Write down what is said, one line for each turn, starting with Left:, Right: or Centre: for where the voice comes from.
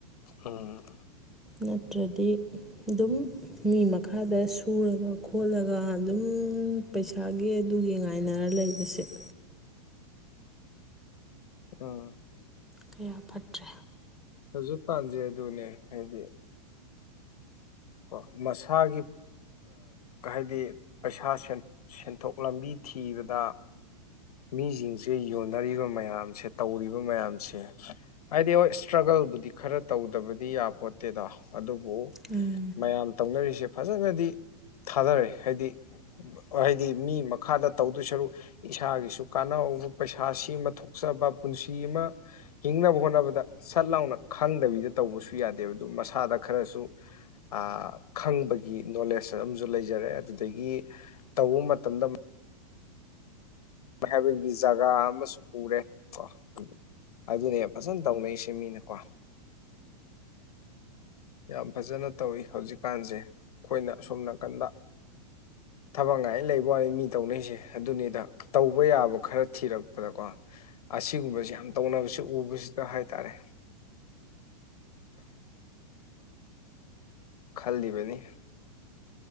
Left: ꯎꯝ
Centre: ꯅꯠꯇ꯭ꯔꯗꯤ ꯑꯗꯨꯝ ꯃꯤ ꯃꯈꯥꯗ ꯁꯨꯔꯒ ꯈꯣꯠꯂꯒ ꯑꯗꯨꯝ ꯄꯩꯁꯥꯒꯤ ꯑꯗꯨꯒꯤ ꯉꯥꯏꯅꯔ ꯂꯩ <unintelligible>
Left: ꯎꯝ
Centre: ꯀꯌꯥ ꯐꯠꯇ꯭ꯔꯦ
Left: ꯍꯧꯖꯤꯛ ꯀꯥꯟꯖꯦ ꯑꯗꯨꯅꯦ ꯍꯥꯏꯗꯤ ꯀꯣ ꯃꯁꯥꯒꯤ ꯍꯥꯏꯗꯤ ꯄꯩꯁꯥ ꯁꯦꯟꯊꯣꯛ ꯂꯝꯕꯤ ꯊꯤꯕꯗ ꯃꯤꯁꯤꯡꯁꯦ ꯌꯣꯟꯅꯔꯤꯕ ꯃꯌꯥꯝꯁꯦ ꯇꯧꯔꯤꯕ ꯃꯌꯥꯝꯁꯦ ꯍꯥꯏꯗꯤ ꯍꯣꯏ ꯁꯇ꯭ꯔꯒꯜꯕꯨꯗꯤ ꯈꯔ ꯇꯧꯗꯕꯗꯤ ꯌꯥꯄꯣꯠꯇꯦꯗ ꯑꯗꯨꯕꯨ
Centre: ꯎꯝ
Left: ꯃꯌꯥꯝ ꯇꯧꯅꯔꯤꯁꯦ ꯐꯖꯅꯗꯤ ꯊꯥꯗꯔꯦ ꯍꯥꯏꯗꯤ ꯍꯥꯏꯗꯤ ꯃꯤ ꯃꯈꯥꯗ ꯇꯧꯗꯨ ꯁꯔꯨꯛ ꯏꯁꯥꯒꯤꯁꯨ ꯀꯥꯟꯅꯧꯕ ꯄꯩꯁꯥ ꯁꯦꯝꯃ ꯊꯣꯛꯆꯕ ꯄꯨꯟꯁꯤ ꯑꯃ ꯍꯤꯡꯅꯕ ꯍꯣꯠꯅꯕꯗ ꯁꯠ ꯂꯥꯎꯅ ꯈꯪꯗꯕꯤꯗ ꯇꯧꯕꯁꯨ ꯌꯥꯗꯦꯕ ꯑꯗꯨ ꯃꯁꯥꯗ ꯈꯔꯁꯨ ꯑꯥ ꯈꯪꯕꯒꯤ ꯅꯣꯂꯦꯖ ꯑꯃꯁꯝꯨ ꯂꯩꯖꯔꯦ ꯑꯗꯨꯗꯒꯤ ꯇꯧꯕ ꯃꯇꯝꯗꯥ ꯍꯥꯏꯕꯒꯤ ꯖꯒꯥ ꯑꯃꯁꯨ ꯄꯨꯔꯦ ꯀꯣ ꯎꯝ ꯑꯗꯨꯅꯦ ꯐꯖꯟ ꯇꯧꯅꯩꯁꯦ ꯃꯤꯅꯥꯀꯣ ꯌꯥꯝ ꯐꯖꯅ ꯇꯧꯋꯤ ꯍꯧꯖꯤꯛꯀꯥꯟꯁꯦ ꯑꯩꯈꯣꯏꯅ ꯑꯁꯣꯝ ꯅꯥꯀꯟꯗ ꯊꯕꯛ ꯉꯥꯏ ꯂꯩꯕ ꯋꯥꯅꯤ ꯃꯤ ꯇꯧꯅꯔꯤꯁꯦ ꯑꯗꯨꯅꯤꯗ ꯇꯧꯕ ꯌꯥꯕ ꯈꯔ ꯊꯤꯔꯛꯄꯗꯀꯣ ꯑꯁꯤꯒꯨꯝꯕꯁꯤ ꯌꯥꯝ ꯇꯧꯅꯕꯁꯤ ꯎꯕꯁꯤꯗ ꯍꯥꯏꯇꯥꯔꯦ ꯈꯜꯂꯤꯕꯅꯤ